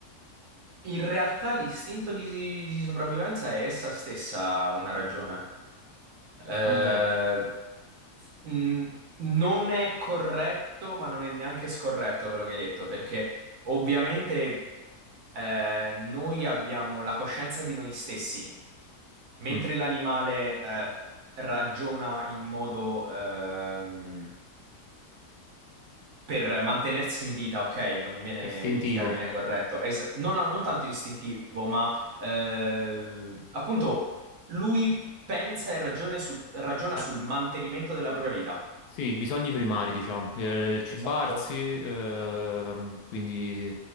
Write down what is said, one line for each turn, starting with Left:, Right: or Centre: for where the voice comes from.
Right: in realtà l'istinto di, di sopravvivenza è essa stessa una ragione. Eh,
Left: Ma È vero.
Right: mh, non è corretto, ma non è neanche scorretto quello che hai detto, perché ovviamente eh, noi abbiamo la coscienza di noi stessi, mentre
Left: mm.
Right: l'animale eh, ragiona in modo ehm, per mantenersi in vita, ok, non mi viene
Left: Istintivo.
Right: il termine corretto, es- non, ha- non tanto istintivo, ma eh, appunto
Left: Ehm,
Right: lui pensa e ragione sul- ragiona
Left: Eh,
Right: sul mantenimento della propria vita.
Left: Sì, bisogni primari, diciamo, Eh, cibarsi,
Right: Esatto.
Left: ehm, quindi